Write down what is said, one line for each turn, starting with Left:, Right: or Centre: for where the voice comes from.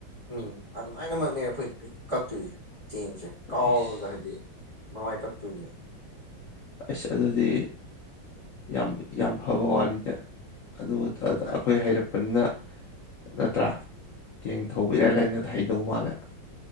Right: ꯎꯝ ꯑꯗꯨꯃꯥꯏꯅꯃꯛꯅꯦ ꯑꯩꯈꯣꯏꯒꯤ ꯀꯛꯇꯣꯏꯁꯦ ꯇꯦꯡꯁꯤ ꯀꯥꯎꯔꯒ
Left: ꯑꯩꯁ
Right: ꯍꯥꯏꯗꯤ꯫ ꯃꯃꯥꯏ ꯀꯛꯇꯣꯏꯅꯦꯕ꯫
Left: ꯑꯩꯁ ꯑꯗꯨꯗꯤ ꯌꯥꯝ ꯌꯥꯝ ꯐꯕ ꯋꯥꯔꯤꯅꯦ꯫ ꯑꯗꯨ
Right: ꯑꯗꯨꯅ
Left: ꯑꯩꯈꯣꯏ ꯍꯩꯔꯛꯄꯅꯤꯅ ꯅꯠꯇ꯭ꯔꯥ꯫ ꯇꯦꯡ ꯊꯧꯕ ꯏꯔꯥꯏ ꯂꯥꯏꯅꯗ ꯍꯩꯗꯧ ꯃꯥꯜꯂꯦ꯫